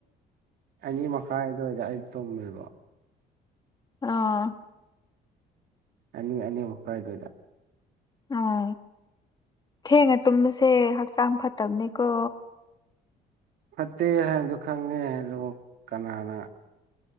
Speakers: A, on the right; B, on the left.
A: ꯑꯅꯤ ꯃꯈꯥꯏꯗꯗ ꯑꯩ ꯇꯨꯝꯃꯤꯕ
B: ꯑꯥ
A: ꯑꯅꯤ ꯑꯅꯤꯃꯛ ꯐꯥꯏꯗꯣꯏꯗ
B: ꯎꯥ ꯊꯦꯡꯉ ꯇꯨꯝꯃꯁꯦ ꯍꯛꯆꯥꯡ ꯐꯠꯇꯕꯅꯤꯀꯣ
A: ꯐꯠꯇꯦ ꯍꯥꯏꯕꯗꯨ ꯈꯪꯉꯦ ꯑꯗꯨꯕꯨ ꯀꯅꯥꯅ